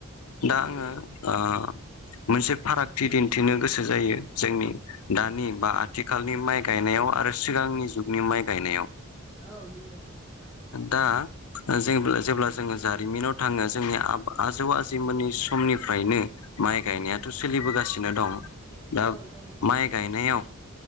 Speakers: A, on the right; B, on the left.
A: औ
B: दा आङो।
A: नंगौ
B: ओ मोनसे फारागथि दिन्थिनो गोसो जायो जोंनि दानि बा आथिखालनि माइ गायनायाव आरो सिगांनि जुगनि माइ गायनायाव।
A: औ नंगौ।
B: दा ज जेब्ला जोङो जारिमिनाव थाङो जोंनि आ आजौ आजौमोननि समनिफ्रायनो माइ गायनायाथ' सोलिबोगासिनो दं दा
A: औ दङ नोंथां
B: माइ गायनायाव